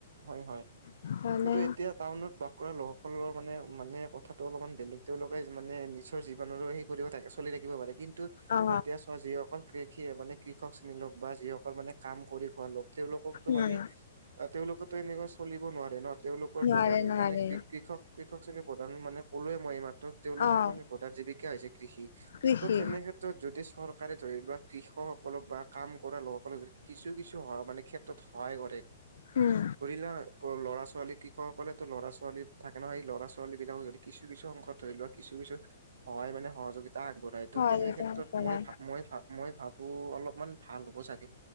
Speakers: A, on the right; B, on the left.
A: হয় হয়,
B: সেইকাৰণে
A: কিন্তু এতিয়া টাউনত বাস কৰা লোকসকলৰ মানে, মানে কথাটো অলপমান বেলেগ, তেওঁলোকে মানে নিজৰ জীৱনৰো সেই কৰি থাকে, চলি থাকিব পাৰে, কিন্তু
B: অ',
A: এতিয়া চোৱা যিসকল কৃষিয়ে মানে, কৃষক শ্ৰেণীৰ লোক বা যিসকল মানে কাম কৰি খোৱা লোক তেওঁলোককটো
B: উম,
A: মানে তেওঁলোকৰটো এনেকুৱা চলিব নোৱাৰে ন, তেওঁলোকৰ
B: নোৱাৰে
A: প্ৰধান
B: নোৱাৰে।
A: মানে কৃ-কৃষক কৃষক শ্ৰেণীৰ প্ৰধান মানে, ক'লোৱেই মই এইমাত্ৰ। তেওঁলোকৰ
B: অ',
A: মানে প্ৰধান জীৱিকা হৈছে কৃষি,
B: কৃষি
A: ত' তেনে ক্ষেত্ৰত যদি চৰকাৰে ধৰি লোৱা, কৃষকসকলক বা কাম কৰা লোকসকলক, যদি কিছু কিছু সহায় মানে ক্ষেত্ৰ ত সহায় কৰে।
B: উম।
A: এতিয়া ল'ৰা-ছোৱালী, কৃষকসকলেটো ল'ৰা-ছোৱালী থাকে নহয়, এই ল'ৰা-ছোৱালী বিলাকক যদি কিছু কিছু অংশত ধৰি লোৱা, কিছু কিছু সহায় মানে, সহযোগিতা আগবঢ়াই, ত'
B: হয়
A: তেনে
B: এইটো
A: ক্ষেত্ৰত
B: কৰা
A: মই ভা, মই ভা মই ভাবো, অলপমান ভাল হ'ব চাগে।